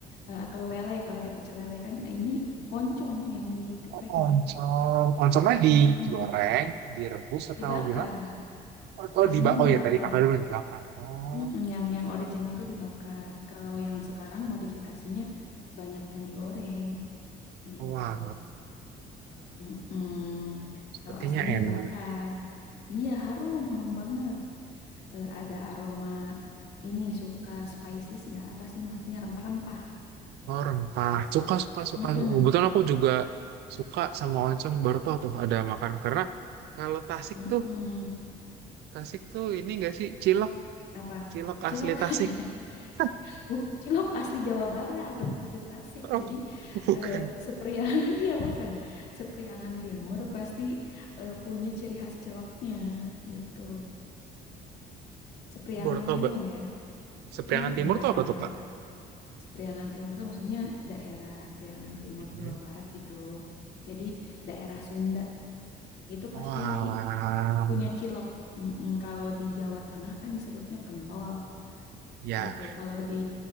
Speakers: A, on the left (about 75°); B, on the right (about 80°).
A: Eh, atau lele kalau di pecel lele kan eh, ini oncom yang digepreknya
B: Oh, oncom. Oncomnya digoreng,
A: Mm-mm.
B: direbus atau
A: dibakar
B: gimana? Oh, oh,
A: aslinya
B: di oh
A: dibakar
B: ya tadi kakak udah bilang dibakar. Oh,
A: Mm-mm. yang yang original tuh dibakar kalau yang sekarang modifikasinya banyak yang digoreng gitu
B: Wah,
A: Mm-mm.
B: sepertinya
A: kalau aslinya
B: enak.
A: dibakar iya harum harum banget Eh, ada aroma ini suka spices nggak apa sih maksudnya rempah-rempah
B: Oh, rempah. Suka, suka, suka.
A: Mm-mm.
B: Kebetulan aku juga suka sama oncom baru tuh ada makan. Karena kalau Tasik
A: Mm-mm.
B: tuh, Tasik tuh ini gak sih cilok,
A: apa
B: cilok
A: cilok
B: asli
A: <laughs>
B: Tasik. <laughs>
A: Bu, cilok asli Jawa Barat, bukan asli Tasik.
B: Oh,
A: Jadi
B: bukan.
A: eh, Sepriang, <laughs> iya bukan. Sepriangan Timur pasti eh, punya ciri khas ciloknya gitu. Sepriangan
B: Baru
A: Timur
B: Mbak.
A: ya.
B: Sepriangan
A: Heeh,
B: Timur
A: Jawa
B: tuh apa tuh,
A: Barat.
B: Pak?
A: Sepriangan Timur itu maksudnya daerah Priangan Timur
B: Mhm.
A: Jawa Barat gitu. Jadi daerah Sunda itu
B: Wah,
A: pasti pu- punya cilok. Mm-mm, kalau di Jawa Tengah kan disebutnya pentol.
B: ya.
A: gitu. Kalau di